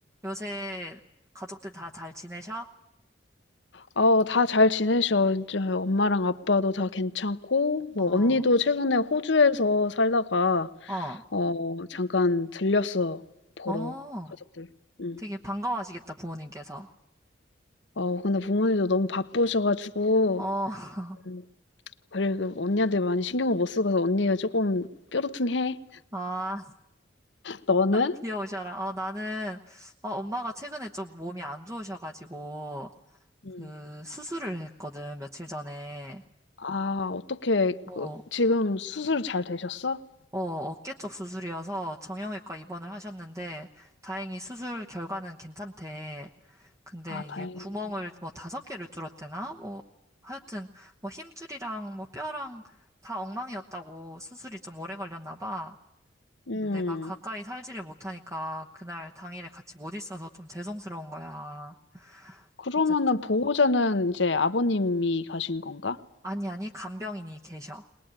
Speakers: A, on the right (about 15°); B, on the left (about 70°).
A: 요새 가족들 다 잘 지내셔?
B: 어, 다 잘 지내셔. 이제 엄마랑 아빠도 다 괜찮고, 뭐,
A: 어,
B: 언니도 최근에 호주에서 살다가,
A: 어,
B: 어, 잠깐 들렸어. 보러,
A: 어.
B: 가족들. 응.
A: 되게 반가워하시겠다, 부모님께서.
B: 어, 근데 부모님도 너무 바쁘셔가지고,
A: 어, <laughs>
B: 음, 그리고 언니한테 많이 신경을 못 쓰고 서 언니가 조금 뾰루퉁해.
A: 아,
B: 너는?
A: 귀여우셔라. 어, 나는, 어, 엄마가 최근에 좀 몸이 안 좋으셔가지고,
B: 응.
A: 그, 수술을 했거든, 며칠 전에.
B: 아, 어떻게,
A: 뭐,
B: 그, 지금 수술 잘 되셨어?
A: 어, 어깨 쪽 수술이어서 정형외과 입원을 하셨는데 다행히 수술 결과는 괜찮대. 근데
B: 아,
A: 이게
B: 다행이네.
A: 구멍을 뭐 다섯 개를 뚫었대나? 뭐 하여튼 뭐 힘줄이랑 뭐 뼈랑 다 엉망이었다고 수술이 좀 오래 걸렸나 봐.
B: 음,
A: 근데 내가 가까이 살지를 못하니까 그날 당일에 같이 못 있어서 좀 죄송스러운 거야.
B: 그러면은
A: 어쨌든
B: 보호자는 이제 아버님이 가신 건가?
A: 아니 아니 간병인이 계셔.